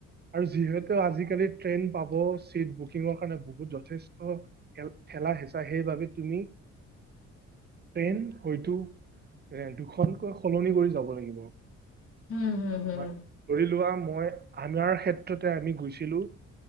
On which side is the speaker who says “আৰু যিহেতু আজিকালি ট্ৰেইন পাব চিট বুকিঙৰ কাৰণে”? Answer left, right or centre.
Right